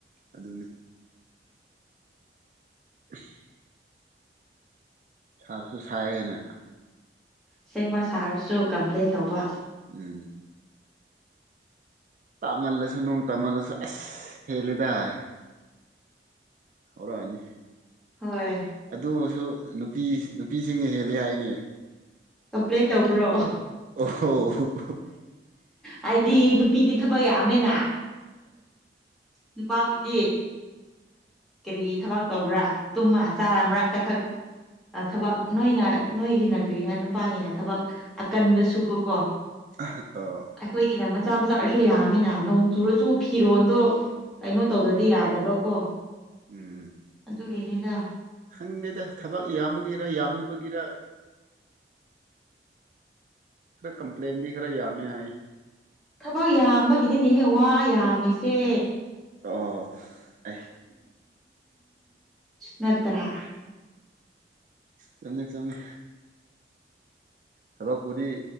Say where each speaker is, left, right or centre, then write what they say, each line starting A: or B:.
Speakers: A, on the right; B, in the centre.
A: ꯑꯗꯨꯅꯦ <unintelligible> ꯁꯥꯁꯨ ꯁꯥꯏꯌꯦꯅꯦ
B: ꯁꯦꯡꯕ ꯁꯥꯔꯁꯨ ꯀꯝꯄ꯭ꯂꯦꯟ ꯇꯧꯕ
A: ꯎꯝ ꯇꯥꯃꯜꯂꯁꯨ ꯅꯣꯡ ꯇꯃꯜꯂꯁꯨ ꯑꯁ ꯍꯦꯜꯂꯦꯗꯥꯏ ꯍꯧꯔꯅꯤ
B: ꯍꯣꯏ
A: ꯑꯗꯨ ꯑꯣꯏꯁꯨ ꯅꯨꯄꯤ ꯅꯨꯄꯤꯁꯤꯡꯅ ꯍꯦꯜꯂꯦ ꯍꯥꯏꯅꯦ
B: <unintelligible> ꯇꯧꯕ꯭ꯔꯣ
A: ꯑꯣꯍꯣ
B: ꯍꯥꯏꯗꯤ ꯅꯨꯄꯤꯗꯤ ꯊꯕꯛ ꯌꯥꯝꯃꯦꯅ ꯅꯨꯄꯥꯕꯨꯗꯤ ꯀꯔꯤ ꯊꯕꯛ ꯇꯧꯕ꯭ꯔꯥ ꯇꯨꯝꯃ ꯆꯥꯔ ꯃꯔꯛꯇ ꯈꯛ ꯊꯕꯛ ꯅꯣꯏꯅ ꯅꯣꯏꯒꯤꯅ ꯀꯔꯤ ꯍꯥꯏ ꯅꯨꯄꯥꯒꯤꯅ ꯊꯕꯛ ꯑꯀꯟꯕ ꯁꯨꯕꯀꯣ
A: <unintelligible>
B: ꯑꯩꯈꯣꯏꯒꯤꯅ ꯃꯆꯥ ꯃꯆꯥ ꯑꯣꯏꯔꯁꯨ ꯌꯥꯝꯃꯤꯅ ꯅꯣꯡ ꯆꯨꯔꯁꯨ ꯐꯤꯔꯣꯜꯗꯣ ꯀꯩꯅꯣ ꯇꯧꯗ꯭ꯔꯗꯤ ꯌꯥꯗꯕ ꯀꯣ
A: ꯎꯝ
B: ꯑꯗꯨ ꯒꯤꯅꯤꯗ
A: ꯈꯪꯗꯦꯗ ꯊꯕꯛ ꯌꯥꯝꯕꯒꯤꯔ ꯌꯥꯝꯗꯕꯒꯤꯔ ꯈꯔ ꯀꯝꯄ꯭ꯂꯦꯟꯗꯤ ꯈꯔ ꯌꯥꯝꯃꯦ ꯍꯥꯏ
B: ꯊꯕꯛ ꯌꯥꯝꯕꯒꯤꯅꯤꯅꯦꯍꯦ ꯋꯥ ꯌꯥꯝꯃꯤꯁꯦ
A: ꯑꯣ ꯑꯩ
B: ꯅꯠꯇ꯭ꯔꯥ
A: ꯆꯃꯦ ꯆꯃꯦ ꯊꯕꯛꯄꯨꯗꯤ